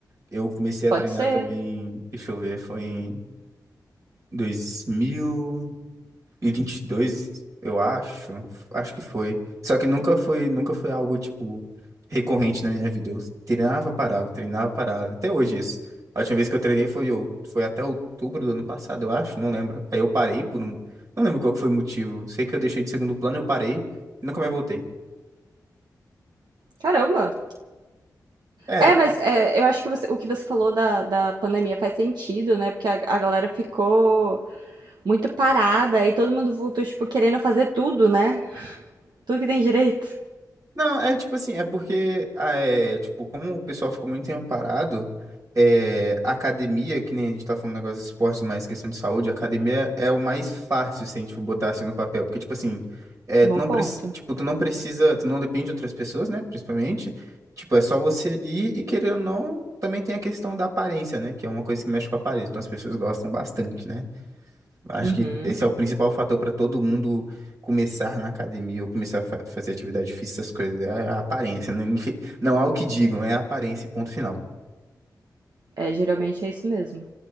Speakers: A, on the right; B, on the right.
A: Eu comecei a
B: pode
A: treinar
B: ser.
A: também, deixa eu ver, foi em dois mil e vinte e dois eu acho, acho que foi. Só que nunca foi, nunca foi algo tipo recorrente na minha vida. Eu treinava, parava, treinava, parava. Até hoje isso. A última vez que eu treinei foi ou- foi até outubro do ano passado, eu acho, não lembro. Aí eu parei por um, não lembro qual que foi o motivo. Sei que eu deixei de segundo plano, eu parei e nunca mais voltei.
B: Caramba!
A: É,
B: É, mas é, eu acho que você- o que você falou da, da pandemia faz sentido, né? Porque a, a galera ficou muito parada e todo mundo voltou, tipo, querendo fazer tudo, né? Tudo que tem direito.
A: Não, é tipo assim, é porque, ah, é, tipo, como o pessoal ficou muito tempo parado, é, a academia, que nem a gente tá falando negócio de esporte, mas questão de saúde, a academia é o mais fácil, se a gente for botar assim no papel, porque, tipo assim, é,
B: Bom
A: tu não,
B: ponto.
A: preci- tipo, tu não precisa, tu não depende de outras pessoas, né, principalmente, tipo, é só você ali e querendo ou não, também tem a questão da aparência, né, que é uma coisa que mexe com a aparência, então as pessoas gostam bastante, né. Acho
B: Uhum.
A: que esse é o principal fator para todo mundo começar na academia ou começar a fa- fazer atividade física, essas coisas. É a aparência. Não, infe- não há o que digam, é a aparência, e ponto final.
B: É, geralmente é isso mesmo.